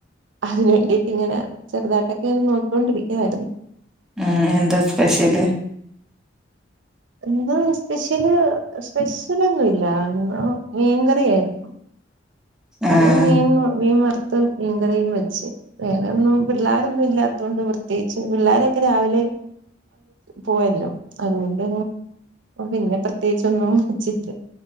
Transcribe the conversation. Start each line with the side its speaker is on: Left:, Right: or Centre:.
Right: അതിന് വേണ്ടിട്ട് ഇങ്ങനെ ചെറുതായിട്ടൊക്കെെ നോക്കികൊണ്ടിരിക്കുവായിരുന്നു
Centre: ഉം എന്താ സ്പെഷ്യല്
Right: ഇന്ന് സ്പെഷ്യല് സ്പെഷ്യലൊന്നുല്ല ഇന്ന് മീൻകറിയായിരുന്നു അത്
Centre: ആഹ്
Right: മീൻ മീൻ വറുത്തും മീൻകറിയും വെച്ച് വേറെ ഒന്നും പിള്ളോരൊന്നും ഇല്ലാത്ത തോണ്ട് പ്രത്യേകിച്ച് പിള്ളോരൊക്കെ രാവിലെ പോയല്ലോ അതുകൊണ്ട് പിന്നെ പ്രത്യേകിച്ച് ഒന്നും വെച്ചില്ല